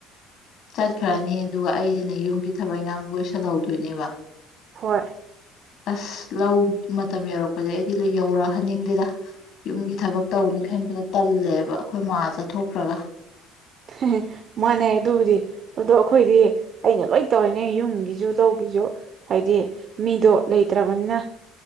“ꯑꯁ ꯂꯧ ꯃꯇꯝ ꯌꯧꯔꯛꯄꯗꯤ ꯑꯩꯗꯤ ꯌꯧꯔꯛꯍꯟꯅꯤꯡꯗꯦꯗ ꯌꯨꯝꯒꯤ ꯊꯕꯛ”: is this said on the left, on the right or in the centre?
Left